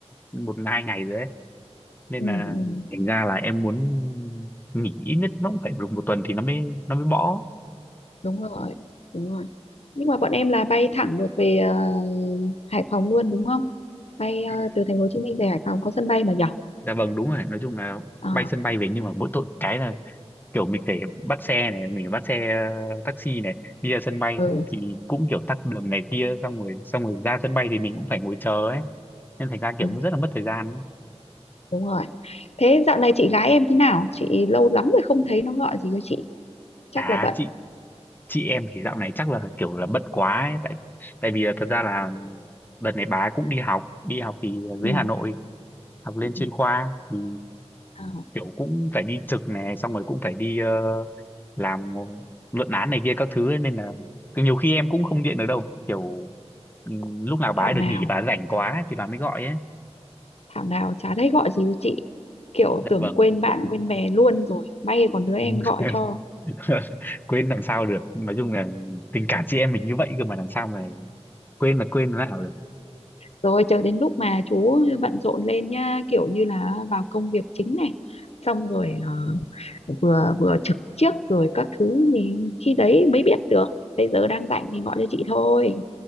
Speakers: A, on the left; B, on the left.
A: một hai ngày rồi ấy nên
B: ừ,
A: là
B: ừ.
A: thành ra là em muốn nghỉ ít nhất nó cũng phải được một tuần thì nó mới nó mới bỏ
B: đúng rồi đúng rồi nhưng mà bọn em là bay thẳng được về ờ, Hải Phòng luôn đúng không bay ờ,
A: Ừm,
B: từ thành phố Hồ Chí Minh về Hải Phòng có sân bay mà nhỉ?
A: dạ vâng đúng rồi nói chung là
B: Ờ,
A: bay sân bay về nhưng mà mỗi tội cái là kiểu mình phải bắt xe này mình phải bắt xe ờ, taxi này đi ra sân bay
B: ừ,
A: thì cũng kiểu tắc đường này kia xong rồi xong rồi ra sân bay thì mình cũng phải ngồi chờ ấy nên thành ra kiểu
B: ừ,
A: cũng rất là mất thời gian ấy.
B: đúng rồi. Thế dạo này chị gái em thế nào? Chị lâu lắm rồi không thấy nó gọi gì cho chị. Chắc
A: à
B: là bận.
A: chị chị em thì dạo này chắc là kiểu là bận quá ấy. tại tại vì là thật ra là đợt này bà ấy cũng đi học đi học thì
B: Ừ.
A: dưới Hà Nội học lên
B: ừ.
A: chuyên khoa thì
B: Ờ,
A: kiểu cũng phải đi trực này xong rồi cũng phải đi ờ, làm luận án này kia các thứ ấy, nên là cứ nhiều khi em cũng không điện được đâu kiểu ừm, lúc nào bà
B: Thảo
A: ấy
B: nào,
A: được nghỉ bà ấy rảnh quá ấy thì bà mới gọi ấy
B: Thảo nào chả thấy gọi gì cho chị. Kiểu
A: dạ
B: tưởng
A: vâng
B: quên bạn quên bè luôn rồi. May còn đứa em
A: <laughs>
B: gọi cho.
A: quên làm sao được nói chung là tình cảm chị em mình như vậy cơ mà làm sao mà quên là quên thế nào được
B: rồi chờ đến lúc mà chú bận rộn lên nhá kiểu như là vào công việc chính này xong rồi ờ, vừa vừa trực trước rồi các thứ thì khi đấy mới biết được bây giờ đang rảnh thì gọi cho chị thôi